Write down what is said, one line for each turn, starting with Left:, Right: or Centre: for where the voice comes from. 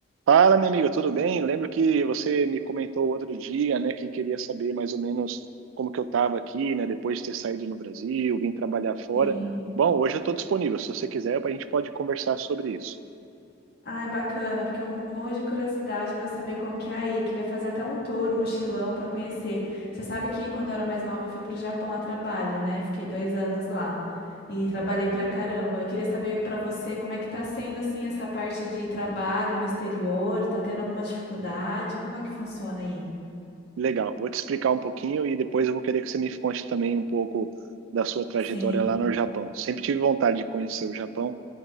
Right: Fala, minha amiga, tudo bem? Lembro que você me comentou outro dia, né, que queria saber mais ou menos como que eu estava aqui, né, depois de ter saído no Brasil, vim trabalhar fora.
Left: Sim.
Right: Bom, hoje eu estou disponível. Se você quiser, a gente pode conversar sobre isso.
Left: Ai, bacana, porque eu morro de curiosidade para saber como que é aí. Queria fazer até um tour, um mochilão para conhecer. Você sabe que quando eu era mais nova eu fui para Japão a trabalho, né? Fiquei dois anos lá e trabalhei pra caramba. Eu queria saber para você como é que tá sendo assim essa parte de trabalho no exterior. Tá tendo alguma dificuldade? Como é que funciona aí?
Right: Legal, vou te explicar um pouquinho e depois eu vou querer que você me conte também um pouco da sua trajetória
Left: Sim.
Right: lá no Japão. Sempre tive vontade de conhecer o Japão,